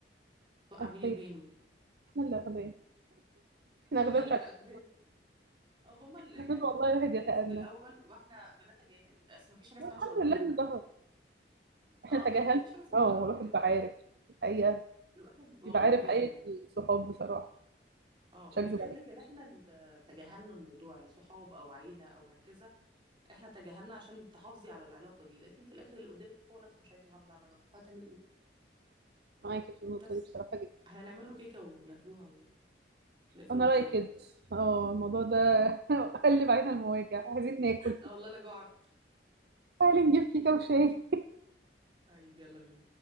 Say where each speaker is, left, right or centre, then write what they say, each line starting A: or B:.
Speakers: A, on the right; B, on the right.
A: توقع
B: اغبياء
A: بيني وبينه
B: احنا اللي اغبياء احنا
A: احنا
B: اغبياء
A: اللي
B: مش عارفين
A: اغبياء او هما اللي
B: المفروض
A: يعني
B: والله
A: هما ريد
B: الواحد
A: فلاجز
B: يتأنى
A: من الاول واحنا بنتجاهل اصل مفيش حاجه اسمها
B: والحمد
A: مش واخدين
B: لله
A: بالنا
B: ان ظهر احنا
A: اه ب-
B: تجاهلنا
A: مفيش حاجه اسمها
B: اه والواحد
A: كده
B: بقى عارف الحقيقة
A: الواحد والله
B: بيبقى عارف
A: بيبان
B: حقيقة
A: يعني
B: الصحاب بصراحة
A: اه
B: مش
A: بيبان
B: هكذب عليك
A: لكن احنا اللي تجاهلنا الموضوع يعني صحاب او عيله او هكذا احنا تجاهلنا عشان تحافظي على العلاقه دي لكن في الاخر اللي قدامك هو نفسه مش عايز يحافظ على العلاقه فهتعملي ايه
B: معاكي في النقطة
A: بس
B: دي بصراحة جدا
A: احنا نعمله كيكه وناكلوها ونقفلوا
B: أنا
A: الحوار
B: رأيي كده
A: ده
B: اه الموضوع ده <laughs> قلب علينا المواجع عايزين ناكل
A: لا والله انا جوعت
B: تعالي نجيب كيكة وشاي
A: طيب يلا بينا